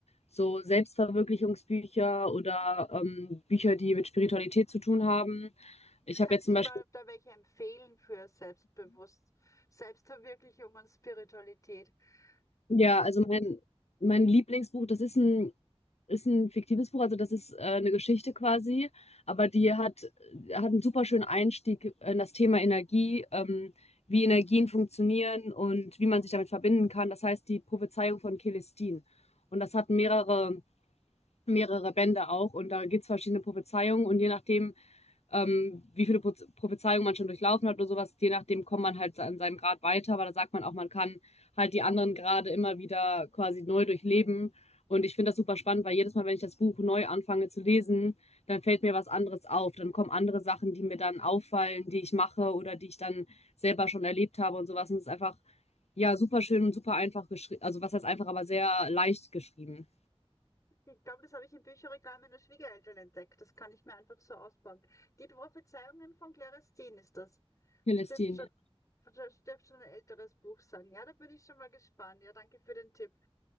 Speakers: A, on the left (about 80°); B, on the left (about 30°).
A: so Selbstverwirklichungsbücher oder ähm, Bücher, die mit Spiritualität zu tun haben.
B: ja,
A: Ich
B: kannst
A: habe jetzt zum Beispiel
B: du mal da welche empfehlen für Selbstbewusst, Selbstverwirklichung und Spiritualität?
A: Ja,
B: Kannst
A: also mein, mein Lieblingsbuch, das ist ein, ist ein fiktives Buch, also das ist äh, eine Geschichte quasi, aber die hat, hat einen super schönen Einstieg in das Thema Energie, ähm, wie Energien funktionieren und wie man sich damit verbinden kann. Das heißt die Prophezeiung von Celestine. Und das hat mehrere, mehrere Bände auch und da gibt es verschiedene Prophezeiungen und je nachdem, ähm, wie viele Prophezeiungen man schon durchlaufen hat oder sowas. Je nachdem kommt man halt an seinem Grad weiter, aber da sagt man auch, man kann halt die anderen Grade immer wieder quasi neu durchleben. Und ich finde das super spannend, weil jedes Mal, wenn ich das Buch neu anfange zu lesen, dann fällt mir was anderes auf. Dann kommen andere Sachen, die mir dann auffallen, die ich mache oder die ich dann selber schon erlebt habe und sowas. Und es ist einfach, ja, super schön und super einfach geschrieben. Also was heißt einfach, aber sehr leicht geschrieben.
B: Ich glaube, das habe ich im Bücherregal meiner Schwiegereltern entdeckt. Das kann ich mir einfach so ausbauen. Die Prophezeiungen von Claristin ist das.
A: Celestine.
B: Das dürfte schon, das dürfte schon ein älteres Buch sein. Ja, da bin ich schon mal gespannt. Ja, danke für den Tipp.